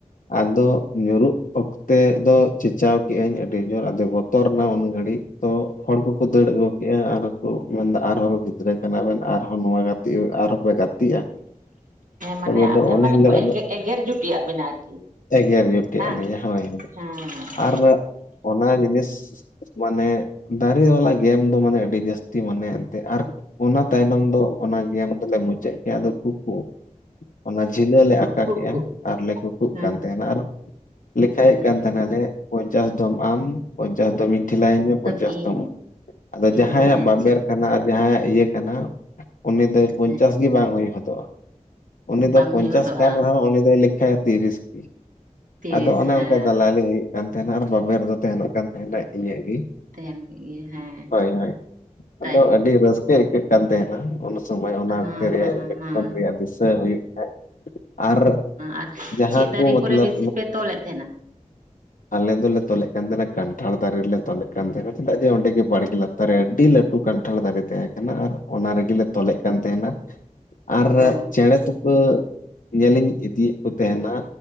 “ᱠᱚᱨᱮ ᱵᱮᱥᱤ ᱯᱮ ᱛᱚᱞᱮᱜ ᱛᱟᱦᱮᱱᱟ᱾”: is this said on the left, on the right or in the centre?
Right